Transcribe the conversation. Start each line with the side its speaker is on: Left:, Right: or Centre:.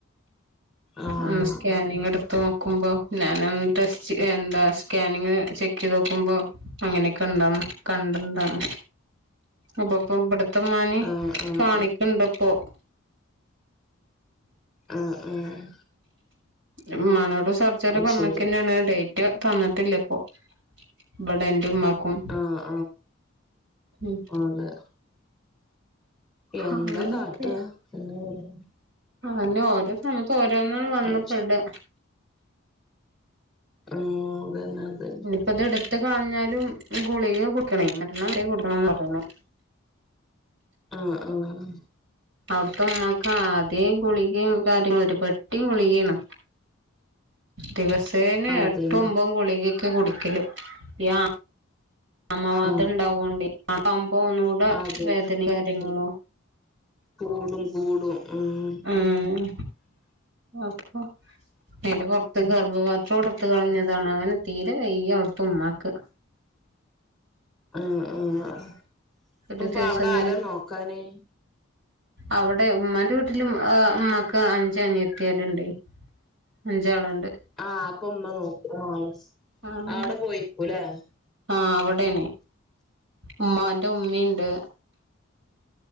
Centre: ആഹ് ആഹ്
Right: അന്ന് സ്കാനിങ് എടുത്ത് നോക്കുമ്പോ ഞാനന്ന് ടെസ്റ്റ്‌ എന്താ സ്കാനിങ് ചെക്കീതോ ക്ക്മ്പോ അങ്ങനൊക്കെ ഇണ്ടന്ന് കണ്ടണ്ടന്ന് അപ്പൊപ്പ ഇവടെ ത്തെമ്മാനീം
Centre: ആഹ് ആഹ്
Right: കാണിക്കുണ്ട് പ്പോ
Centre: ആഹ് ആഹ്
Right: ഇമ്മാനോട് സർജറി
Centre: അത്
Right: പറഞ്ഞക്കന്നേണ്
Centre: ശരി
Right: ഡേറ്റ് തന്നിട്ടില്ല ഇപ്പൊ ഇവടെ എന്റെ ഉമ്മാക്കും
Centre: ആഹ്
Right: ഉം
Centre: ആഹ് ല്ലേ എന്താ
Right: അങ്ങനെയൊക്കെ
Centre: കാട്ടാ എന്നാ പറയാനാ
Right: അങ്ങൻന്നെ ഓരോ സമയത്ത് ഓരോന്ന്ണ്ട് വന്ന്
Centre: ടെൻഷൻ
Right: പെടാ
Centre: ആഹ് അതെന്നെ അതെന്നെ
Right: ഇപ്പ ഇത് ഇട്ത്ത്കളഞ്ഞാലും ഗുളിക കുടിക്കണേ മരണം വരെ കുടിക്കണംന്ന് പറയ്ന്നെ
Centre: ആഹ് ആഹ്
Right: അവ്ട്ത്തെ ഇമ്മാക്ക് ആദ്യേ ഗുളികയും കാര്യങ്ളും ഒര് പെട്ടി ഗുളികേയ്ണ് ദിവസേനെ
Centre: അതന്നെ
Right: എട്ടും ഒമ്പതും ഗുളികയെക്കെ കുടിക്കെല് ഇപ്പ ഈ ആ ആമവാതം
Centre: ആഹ്
Right: ഇണ്ടാവോണ്ടേ അതാവുമ്പൊ ഒന്നും കൂടെ
Centre: അതെ
Right: വേദനിം കാര്യങ്ങളും
Centre: കൂടും കൂടും ഉം
Right: ഉം അപ്പൊ അയ്‌ന്റെ പൊർത്ത് ഗർഭപാത്രോ ഇട്ത്ത്കളഞ്ഞതാണ് അങ്ങനെ തീരെ വെയ്യ അവ്ട്ത്തെ ഉമ്മാക്ക്
Centre: അഹ് ആഹ്
Right: ഒരു
Centre: പ്പ പ്പ
Right: ദിവസം
Centre: അവ്ടെ ആരാ നോക്കാന്
Right: അവ്ടെ ഉമ്മാന്റെ വീട്ടില് എഹ് ഇമ്മാക്ക് അഞ്ച് അനിയത്ത്യാള് ഇണ്ടെയ് അഞ്ചാള്ണ്ട്
Centre: ആഹ് അപ്പ ഇമ്മ നോക്കു ആഹ് അഹ് സ്
Right: ആഹ്
Centre: അവ്ടെ പോയിക്കുലേ
Right: ആഹ് അവിടെയാണ് ഉമ്മാന്റെ ഉമ്മിണ്ട്